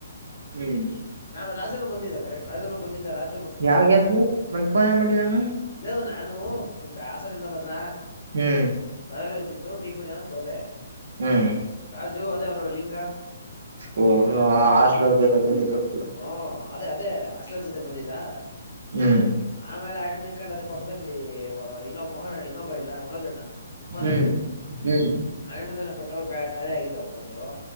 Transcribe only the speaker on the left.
ನಾ ರಾಜನು ಬಂದಿದ್ದ ಕರೆಕ್ ರಾಜನ ಬಂದಿದ್ದ ರಾಜ
ನೀವು ನಾನು ಹಾಸನಿಂದ ಬನ್ನ
ತಲಲಿ ಹತಿಿತ್ತು ಟೀ ಕುಡಿಯಂತ ಹೋದೆ
ರಾಜು ಅದೇ ಅವರು ಲಿಂಗ
ಹ ಅದೇ ಅದೇ ಅಷ್ಟಲೋ ಜೊತೆ ಬಂದಿದ್ದು
ಾ ಆಮೇಲೆ ಅಣ್ಣ ಹಾಕಂಡ್ ಅದೇ ಪಕ್ಕದ ಅಂಗಡಿ ಇನ್ನೊಬ್ ಮ ಇನ್ನೊಬಾ ಇಲ್ಲ ಮನೋಜಣ್ಣ ಹನು
ಆಯನೊಂದ ಏನ ಪೆಟ್ರೋಲ್ ಖಾಲಿ ಆಗಿತ ಅಂತಂದ್ರು